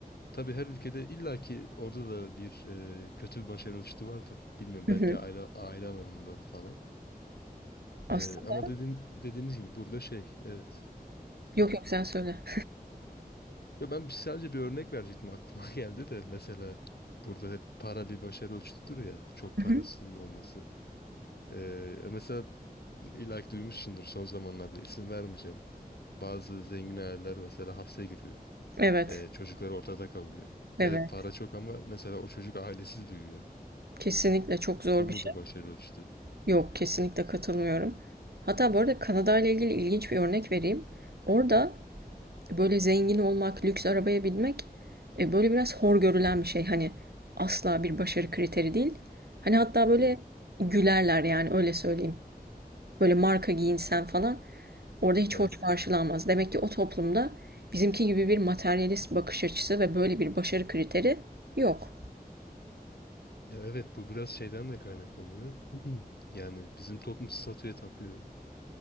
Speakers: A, on the left (about 85°); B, on the right (about 80°).
A: Tabii her ülkede illaki orada da bir e, kötü bir başarı ölçütü vardır. Bilmiyorum belki
B: hı hı.
A: aile, aile alanında falan.
B: Aslında
A: Ee, ama dediğim, dediğimiz gibi burada şey evet kötü.
B: yok yok sen söyle.
A: Ya ben sadece bir örnek verecektim aklıma <laughs> geldi de mesela burada hep para bir başarı ölçütüdür ya çok
B: Hı
A: parasının
B: hı.
A: olması. Ee, mesela illaki duymuşsundur son zamanlarda isim vermeyeceğim. Bazı zengin aileler mesela hapse giriyor.
B: Evet,
A: Ee, çocukları ortada kalıyor.
B: evet.
A: Evet para çok ama mesela o çocuk ailesiz büyüyor.
B: Kesinlikle çok zor
A: Bu mudur
B: bir şey.
A: başarı ölçütü?
B: Yok, kesinlikle katılmıyorum. Hatta bu arada Kanada ile ilgili ilginç bir örnek vereyim. Orada böyle zengin olmak, lüks arabaya binmek e, böyle biraz hor görülen bir şey. Hani asla bir başarı kriteri değil. Hani hatta böyle
A: Hı hı.
B: gülerler yani öyle söyleyeyim. Böyle marka giyinsen falan orada hiç
A: Evet.
B: hoş karşılanmaz. Demek ki o toplumda bizimki gibi bir materyalist bakış açısı ve böyle bir başarı kriteri yok.
A: Ya evet bu biraz şeyden de kaynaklanıyor. <clears throat> Yani bizim toplum statüye tapıyor.